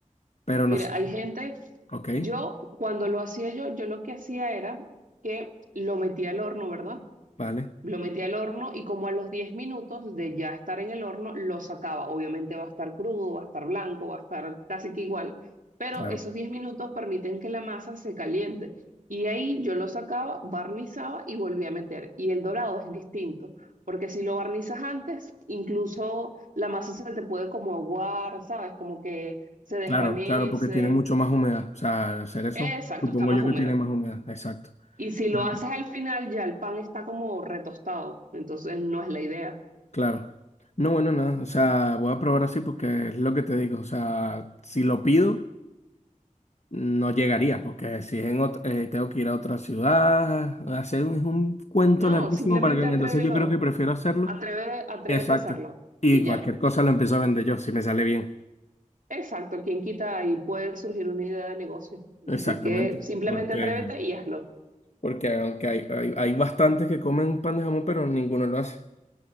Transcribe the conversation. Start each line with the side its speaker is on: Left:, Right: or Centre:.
Left: Pero
Right: Mira,
Left: no sé.
Right: hay gente,
Left: Ok,
Right: yo cuando lo hacía yo, yo lo que hacía era que lo metía al horno, ¿verdad?
Left: vale,
Right: Lo metí al horno y como a los 10 minutos de ya estar en el horno, lo sacaba. Obviamente va a estar crudo, va a estar blanco, va a estar casi que igual, pero
Left: claro.
Right: esos 10 minutos permiten que la masa se caliente. Y ahí yo lo sacaba, barnizaba y volví a meter. Y el dorado es distinto, porque si lo barnizas antes, incluso la masa se te puede como aguar, ¿sabes? Como que se desvanece.
Left: Claro, claro, porque tiene mucho más humedad. O sea, al hacer eso,
Right: Exacto,
Left: supongo
Right: está más
Left: yo
Right: húmeda.
Left: que tiene más humedad. Exacto.
Right: Y si lo
Left: Bueno,
Right: haces al final, ya el pan está como retostado, entonces no es la idea.
Left: claro. No, bueno, nada. O sea, voy a probar así porque es lo que te digo. O sea, si lo pido, no llegaría, porque si es en otra, eh, tengo que ir a otra ciudad, hacer un, es un cuento
Right: No,
Left: larguísimo
Right: simplemente
Left: para que venga.
Right: atrévelo,
Left: Entonces yo creo que prefiero hacerlo.
Right: atreve, atrévete
Left: Exacto.
Right: a hacerlo
Left: Y
Right: y ya.
Left: cualquier cosa lo empiezo a vender yo, si me sale bien.
Right: Exacto, quien quita y puede surgir una idea de negocio.
Left: Exactamente.
Right: Así que simplemente
Left: Porque,
Right: atrévete y hazlo.
Left: porque aunque hay, hay, hay bastantes que comen pan de jamón, pero ninguno lo hace.